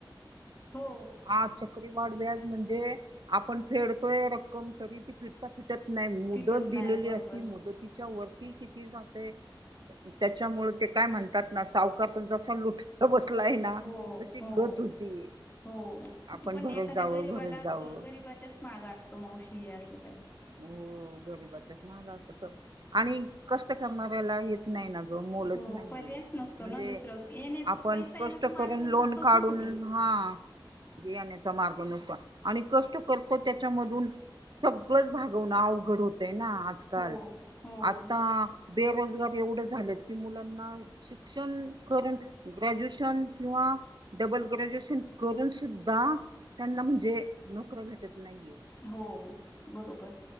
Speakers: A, on the left; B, on the right.
A: हो
B: आ चक्रीवाढ व्याज म्हणजे आपण फेडतोय रक्कम तरी ती फिटता फिटत नाही मुदत
A: फिटत नाही
B: दिलेली
A: बरोबर
B: असते तिच्या वरती किती जाते त्याच्यामुळे ते काय म्हणतात ना सावकार तर जसा लुटायला बस लाय आहे ना
A: हो
B: तशी
A: हो
B: गत होती
A: हो
B: आपण
A: पण
B: भरत
A: एखाद्या
B: जावं
A: गरीबालाच
B: भरत जावं
A: गरीबाच्याच माग असतो मावशी हे असलं काही
B: हो गरीबाच्याच मागं असतं आणि कष्ट करणाऱ्याला हेच नाही ना मोलचं
A: हो
B: नाहीये
A: पर्यायच नसतो
B: म्हणजे
A: ना दुसरं येण्याच
B: आपण
A: पैसा
B: कष्ट
A: येण्याचा मार्ग
B: करून लोन
A: नसतोच
B: काढून
A: ना कुठून
B: हा हा बियाणे मार्ग नसतो आणि कष्ट करतो त्याच्यामधून सगळंच भाग वणं अवघड होतंय ना आजकाल
A: हो हो
B: आत्ता बेरोजगार एवढं झालेत की मुलांना शिक्षण करून ग्रॅज्युएशन किंवा डबल ग्रॅज्युएशन करून सुद्धा त्यांना म्हणजे नोकऱ्या भेटत नाहीये
A: हो बरोबर